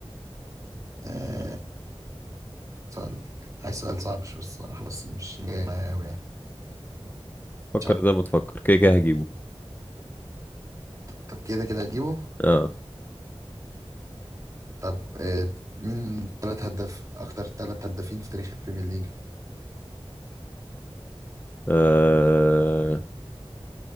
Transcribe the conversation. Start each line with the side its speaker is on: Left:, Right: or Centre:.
Right: آه... سؤال عايز سؤال صعب شوية الصراحة بس مش جاي معايا أوي يعني
Left: فكر
Right: مش عارف
Left: زي ما تفكر كده كده هجيبه
Right: طب كده كده هتجيبه
Left: اه
Right: طب آه... مين تلات هداف أكتر تلات هدافين في تاريخ البريمير ليج؟
Left: آه،